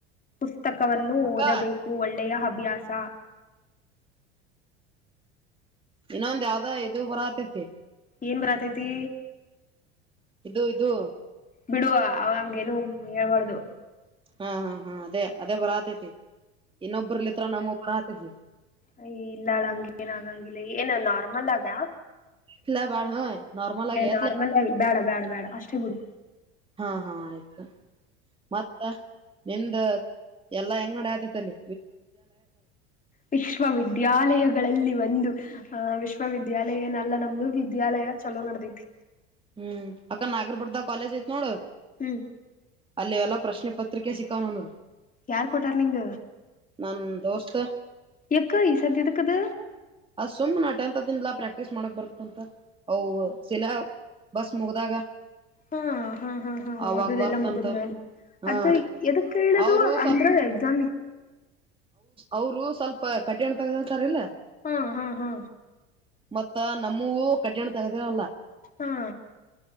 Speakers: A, on the left; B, on the right.
A: ಪುಸ್ತಕವನ್ನು
B: ಅಕ್ಕ
A: ಓದಬೇಕು ಒಳ್ಳೆಯ ಅಭ್ಯಾಸ
B: ಇನ್ನೊಂದ ಯಾವ್ದ ಇದು ಬರ ಆತೈತಿ
A: ಏನ್ ಬರತೈತಿ
B: ಇದು ಇದು
A: ಬಿಡುವ ಅವ ಹಂಗೇನು ಹೇಳ್ಬಾರ್ದು
B: ಹಾ ಹಾ ಹಾ ಅದೇ ಅದೇ ಬರ ಆತೈತಿ ಇನ್ನೊಬ್ಬರ್ಲಿತ್ರ ನಮ್ಮ ಒಬ್ಬರ ಆತೈತಿ
A: ಅಯ ಇಲ್ಲಾಳ ಹಂಗ ಏನ ಆಗಂಗಿಲ್ಲ ಏನ ನಾರ್ಮಲ್ ಆಗ
B: ಇಲ ಬಾರ ಹ ನಾರ್ಮಲ್ ಆಗಿ ಎತ್ಲ
A: ನಾರ್ಮಲ್ ಆಗಿ ಬೇಡ ಬೇಡ ಬೇಡ ಅಷ್ಟೇ ಬಿಡು
B: ಹಾ ಹಾ ಆಯ್ತು ಮತ್ತ ನಿಮ್ದ ಎಲ್ಲಾ ಹೆಂಗಡಿ ಆತೇತಲ್ಲಿ
A: ವಿಶ್ವವಿದ್ಯಾಲಯಗಳಲ್ಲಿ ಒಂದು ಆಹ ವಿಶ್ವವಿದ್ಯಾಲಯ ಏನಲ್ಲ ನಮ್ದು ವಿದ್ಯಾಲಯ ಚಲೋ ನಡದೈತಿ
B: ಹ್ಮ್ ಅಕ್ಕ ನಾಗರ ಬರ್ದ ಕಾಲೇಜ್ ಐತ್ ನೋಡ್
A: ಹ್ಮ್
B: ಅಲ್ಲಿ ಎಲ್ಲಾ ಪ್ರಶ್ನೆ ಪತ್ರಿಕೆ ಸಿಕ್ಕಣನು
A: ಯಾರ್ ಕೊಟಾರ್ ನಿಂಗ
B: ನನ್ ದೋಸ್ತ್
A: ಯಕ್ಕ ಈ ಸದ್ಯ ಎದಕ್ಕದ
B: ಅ ಸುಮ್ ನಾ ಟೆಂತ್ ದಿಂದಲ ಪ್ರಕ್ ಕ್ಟೀ ಮಾಡಕ್ ಬರ್ತಂತ ಅ ಶಿಲಾ ಬಸ್ ಮುಗ್ದಾಗ
A: ಹಾ ಹಾ ಹಾ ಹಾ
B: ಅವಾಗ
A: ಓದದೆಲ್ಲ
B: ಬರ್ತಂತ
A: ಮುಗಿದ್್ಮ್ಯಾಲ
B: ಹಾ
A: ಅದದಕ್ ಕೇಳದು
B: ಅವರು ಸ್ವಲ್ಪ
A: ಅಂದ್ರ ಎಕ್ಸಾಮಿ
B: ಅವರು ಸ್ವಲ್ಪ ಕಠಿಣ ತಗತಾರಲ್ಲ
A: ಹ್ಮ ಹಾ್ ಹಾ
B: ಮತ್ತ ನಮ್ಮೂ ಕಠಿಣ ತಗ್ದರಲ್ಲಿರ್ತಾರ
A: ಹಾ